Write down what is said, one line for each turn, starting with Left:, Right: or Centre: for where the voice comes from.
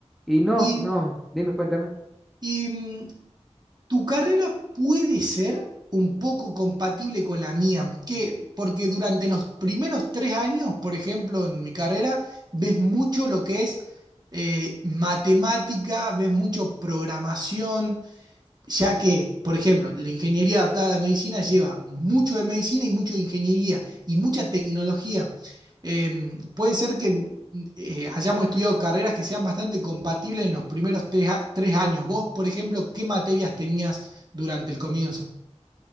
Centre: Y no,
Right: Y,
Centre: no, dime, cuéntame.
Right: y, Tu carrera puede ser un poco compatible con la mía, que, porque durante los primeros tres años, por ejemplo, en mi carrera, ves mucho lo que es eh, matemática, ves mucho programación, ya que, por ejemplo, la ingeniería adaptada a la medicina lleva mucho de medicina y mucho de ingeniería y mucha tecnología. Eh, puede ser que eh, hayamos estudiado carreras que sean bastante compatibles en los primeros tres, a- tres años. Vos, por ejemplo, ¿qué materias tenías durante el comienzo?